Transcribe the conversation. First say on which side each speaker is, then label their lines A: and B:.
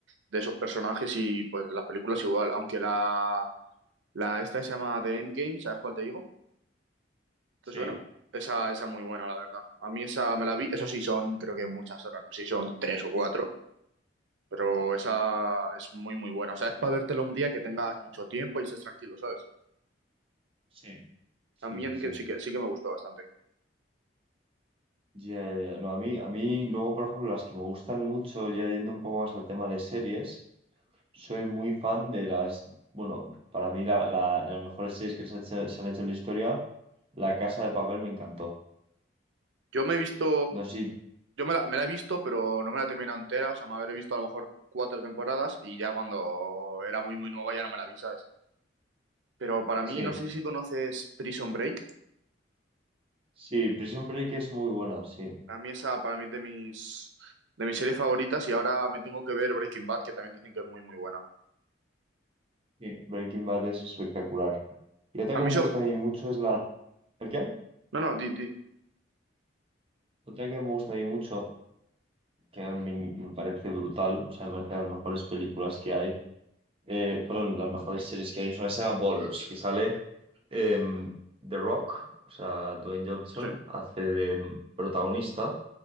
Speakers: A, on the right (about 80°); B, on the right (about 30°).
A: De esos personajes y pues las películas igual. Aunque la, la esta que se llama The Endgame, ¿sabes cuál te digo? ¿Te
B: Sí,
A: suena? Esa, esa es muy buena, la verdad. A mí esa me la vi, eso sí son, creo que muchas horas, no sé si son tres o cuatro, pero
B: uf,
A: esa es muy, muy buena. O sea, es para vértela un día que tengas mucho tiempo y estés tranquilo, ¿sabes?
B: sí. Sí,
A: A mí
B: sí,
A: en
B: sí.
A: que sí que, sí que me gustó bastante.
B: Ya, ya, ya. No, a mí, a mí, luego, por ejemplo, las que me gustan mucho, ya yendo un poco más al tema de series, soy muy fan de las, bueno, para mí la, la- de las mejores series que se, ha hecho- se han hecho en la historia, La Casa de Papel me encantó.
A: Yo me he visto,
B: No sé, si-
A: yo me la, me la he visto, pero no me la he terminado entera, o sea, me habré visto a lo mejor cuatro temporadas y ya cuando era muy, muy nueva ya no me la vi, ¿sabes? Pero para mí,
B: sí.
A: no sé si conoces Prison Break.
B: Sí, Prison Break es muy buena, sí.
A: A mí esa, para mí es de mis, de mis series favoritas y ahora me tengo que ver Breaking Bad, que también dicen que es muy, muy buena.
B: Sí, Breaking Bad es espectacular. Y otra
A: A
B: que
A: mí
B: me
A: sobre...
B: gusta a mí mucho es la... ¿El qué?
A: No, no, di, di.
B: Otra que me gusta a mí mucho, que me, me parece brutal, o sea, me parece de las mejores películas que hay, eh, perdón, las mejores series que hay, es una que se llama Ballers, que sale em, The Rock, o sea, Dwayne Johnson,
A: Sí.
B: hace de em, protagonista.